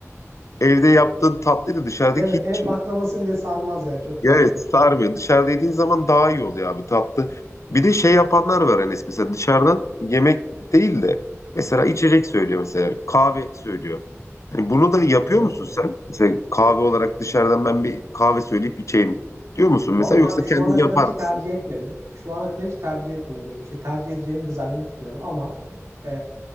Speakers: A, on the left; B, on the right.
A: Evde yaptığın tatlıyla dışarıdaki
B: Değil mi? Ev
A: hiç
B: baklavası bile sarmaz yani çok
A: ya
B: fazla.
A: evet, sarmıyor. Dışarıda yediğin zaman daha iyi oluyor abi tatlı. Bir de şey yapanlar var Enes mesela dışarıdan yemek değil de mesela içecek söylüyor mesela kahve söylüyor. Hani bunu da yapıyor
B: Hmm.
A: musun sen? Mesela kahve olarak dışarıdan ben bir kahve söyleyip içeyim diyor musun mesela
B: Vallahi
A: yoksa
B: abi şu
A: kendin
B: ana
A: yapar
B: kadar hiç
A: mısın?
B: tercih etmedim. Şu ana kadar hiç tercih etmedim böyle bir şey. Tercih edeceğimi de zannetmiyorum ama eee,